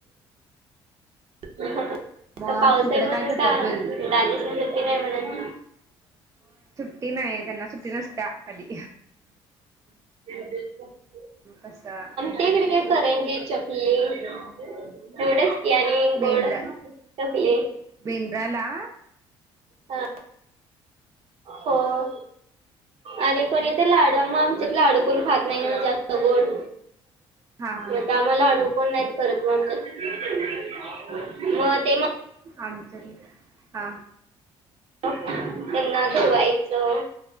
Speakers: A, on the right; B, on the right.
A: ह ह ह
B: मग
A: तर पाऊस
B: तिकडं
A: आहे म्हणून
B: काय करतात
A: का
B: बेन
A: दाजीसण सुटती नाही म्हण.
B: ते नाहीसु्टी त्यांना सु्टी नसत्या कधी.
A: <unintelligible>
B: कसा?
A: ते केडक्या करेनगे करंजी चकली एवढच की आणि
B: बेंद्रा
A: गोड चकली.
B: बेंद्राला?
A: हा होय. आणि कोणी तर लाडूम आमच्यात लाडू कोण खात नाही ना जास्त गोड.
B: हा हा
A: मग त्यामुळे लाडू फोन नाही करत म्हणत्यातमंग ते मंग.
B: आमच्यातले हा
A: हो त्यांना धुवायचं.